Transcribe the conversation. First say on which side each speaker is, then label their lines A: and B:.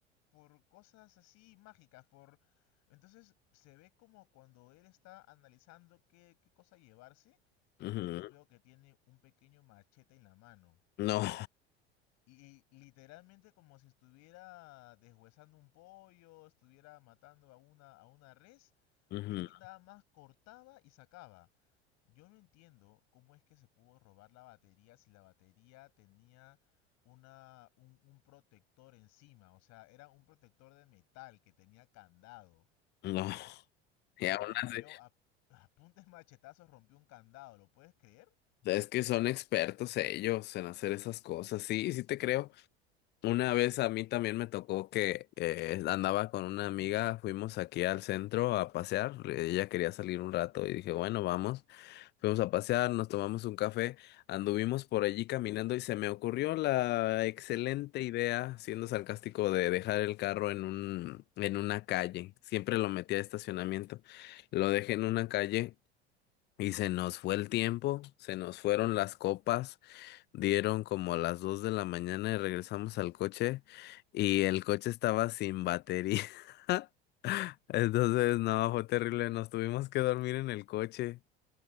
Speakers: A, on the left (about 55°); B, on the left (about 35°).
A: por cosas así mágicas, por... Entonces se ve como cuando él está analizando qué, qué cosa llevarse
B: Ujú.
A: y yo veo que tiene un pequeño machete en la mano
B: No, <laughs>
A: li- literalmente como si estuviera deshuesando un pollo, estuviera matando a una, a una res,
B: ujú,
A: vi que nada más cortaba y sacaba. Yo no entiendo cómo es que se pudo robar la batería si la batería tenía una, un, un protector encima, o sea, era un protector de metal que tenía candado
B: no.
A: y
B: Y aún
A: lo rompió
B: así,
A: a, <laughs> a puntes machetazos, rompió un candado, ¿lo puedes creer?
B: es que son expertos ellos en hacer esas cosas. Sí, sí te creo. Una vez a mí también me tocó que eh, andaba con una amiga, fuimos aquí al centro a pasear, ella quería salir un rato y dije, bueno, vamos, fuimos a pasear, nos tomamos un café, anduvimos por allí caminando y se me ocurrió la excelente idea, siendo sarcástico, de dejar el carro en un, en una calle, siempre lo metía a estacionamiento, lo dejé en una calle y se nos fue el tiempo, se nos fueron las copas. Dieron como a las dos de la mañana y regresamos al coche y el coche estaba sin batería. <laughs> Entonces, no, fue terrible. Nos tuvimos que dormir en el coche.